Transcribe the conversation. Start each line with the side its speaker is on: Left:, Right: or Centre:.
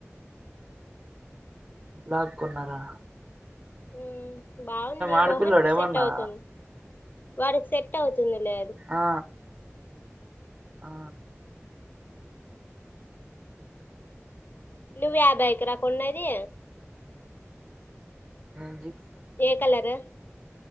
Right: బ్లాక్ కొన్నారా
Left: ఉహు బాగుంది
Right: ఆడపిల్లోడా
Left: మోహన్ కి
Right: ఏమన్నా
Left: సెట్ అవుతుంది వాడికి సెట్ అవుతు తుంది లే అది
Right: ఆ ఆ
Left: నువ్వు యా భైకు రా కొన్నది
Right: హజి
Left: ఏ కలరు